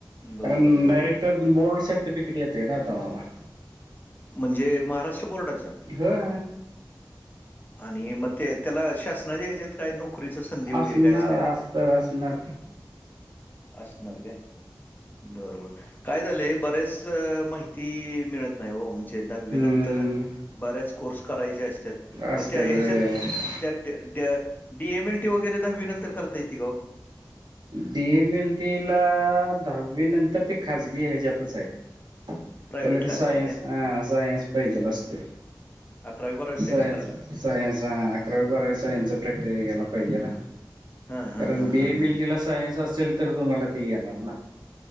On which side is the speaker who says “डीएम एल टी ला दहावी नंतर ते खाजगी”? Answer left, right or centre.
Right